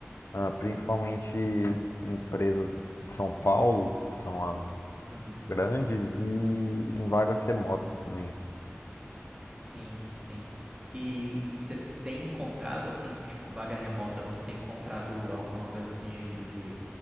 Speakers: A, on the left; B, on the right.
A: ah, principalmente
B: Uhum.
A: empresas de São Paulo, que são as
B: Uhum.
A: grandes, e em vagas remotas também.
B: Sim, sim. E você tem encontrado, assim, tipo, vaga remota, você tem encontrado alguma coisa assim de, de